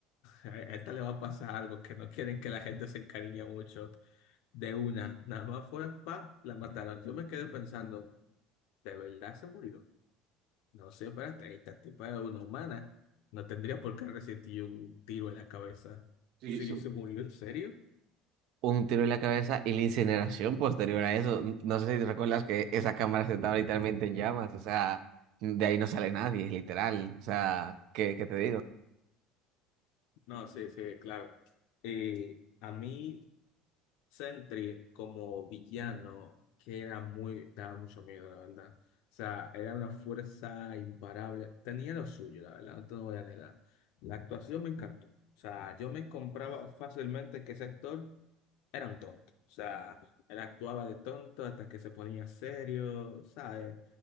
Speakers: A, on the left (about 70°); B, on the right (about 65°).
A: a esta le va a pasar algo, que no quieren que la gente se encariñe mucho de una. Nada más fue pa, la mataron. Yo me quedé pensando, ¿de verdad se murió? No sé, espérate, esta tipa es una humana. No tendría por qué resistir un tiro en la cabeza.
B: Sí,
A: Sí,
B: su-
A: se murió, ¿en serio?
B: un tiro en la cabeza y la incineración posterior a eso. No sé si recuerdas que esa cámara se estaba literalmente en llamas, o sea, de ahí no sale nadie, literal. O sea, ¿qué, qué te digo?
A: No, sí, sí, claro. Eh, a mí. Sentry como villano que era muy, daba mucho miedo, la verdad. O sea, era una fuerza imparable. Tenía lo suyo, la verdad, no te lo voy a negar. La actuación me encantó. O sea, yo me compraba fácilmente que ese actor era un tonto. O sea, él actuaba de tonto hasta que se ponía serio, ¿sabes?